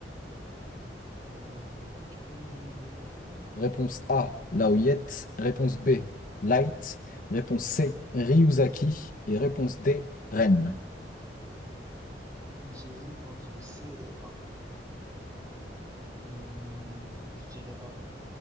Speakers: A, on the right; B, on the left.
A: Euh, ouais, tu peux me redonner les réponses, s'il te plaît?
B: Réponse A, Laoyette. Réponse B, Light. Réponse C, Ryuzaki. Et réponse D, Ren.
A: J'hésite entre C et A. Euh, je dirais A.